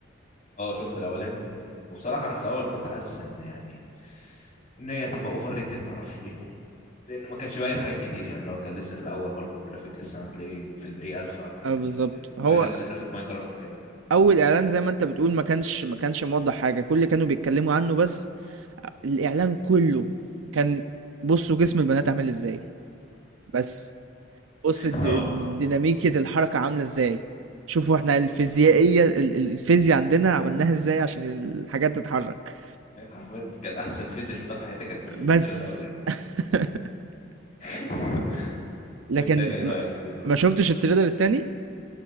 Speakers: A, on the left; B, on the right.
A: اه شفت الاولاني وبصراحه انا في الاول كنت حاسس ان يعني ان هي تبقى اوفر ريتد معرفش ليه لان ما كانش باين حاجات كتير يعني لو كان لسه في الاول برضه الجرافيك لسه هتلاقيه في البري الفا فيعني
B: اه بالظبط هو
A: في نفس جرافيك ماينكرافت كده
B: اول اعلان
A: فاهم
B: زي ما انت بتقول ما كانش ما كانش موضح حاجه كل اللي كانوا بيتكلموا عنه بس الاعلان كله كان بصوا
A: <laughs>
B: جسم البنات عامل ازاي بس بص الد-
A: اه
B: الديناميكية
A: والله
B: الحركة عاملة ازاي شوفوا احنا الفيزيائية ال- ال- الفيزياء عندنا
A: ايوه
B: عملناها ازاي عشان الحاجات تتحرك
A: ايوه حرفيا كانت احسن فيزيك شفتها في حياتي كان في التريلر
B: بس
A: الاولاني
B: <laughs>
A: <laughs>
B: لكن
A: والتاني ايه
B: م-
A: رايك فيه برضه
B: ما شفتش التريلر التاني